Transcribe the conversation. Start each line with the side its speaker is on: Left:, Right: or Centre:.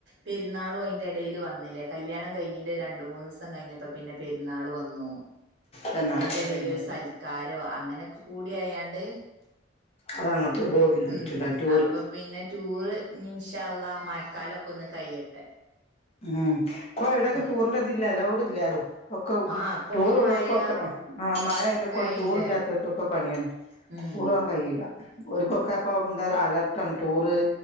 Right: പെരുന്നാളും അതിന്റെ ഇടൽ വന്നില്ല കല്യാണം കഴിഞ്ഞി് രണ്ട മൂന്ന്ു ദിവസം കഴിഞ്ഞപ്പോ പിന്നെ പെരുന്നാൾ വന്നു
Left: തന്നെ
Right: അയിറെടൽ
Left: അങ്ങനെയായിരുന്നല്ലേ
Right: ഒരു സൽക്കാരോ അങ്ങനെയൊക്കെ കൂടിിയയാാണ്ട്
Left: അതങ്ങോട്ട് ഗോവിന്ദായിട്ടുണ്ടാവും
Right: ഉം
Left: ടൂറ്
Right: അപ്പൊ പിന്നെ ചൂറ് മൻഷള്ള മഴക്കാലൊക്കെ ഒന്ന് കൈയിട്ടും
Left: ഉം ഇപ്പൊ എവിടയൊക്കെ
Right: എന്നിട്ട്
Left: ടൂറിന്റെ ഇതി ഇല്ലാലോ വിട ഇല്ലാലോ ഒക്കെ
Right: ആഹ് അപ്പൊക്കെ
Left: ടൂറള്ളവർക്കൊക്കെ
Right: മഴ
Left: ആ മഴ അന്റെ
Right: ഒക്കെ
Left: കൂടെ
Right: ആയില്ലേ
Left: ടൂറിൽില്ലാത്തവർക്കൊക്കെ പിയ
Right: ഉം
Left: കൂറവാൻ കഴിയില്ല ഒരുക്കൊക്കെ അപ്പൊ എന്താ അലർട്ട് ടൂറ്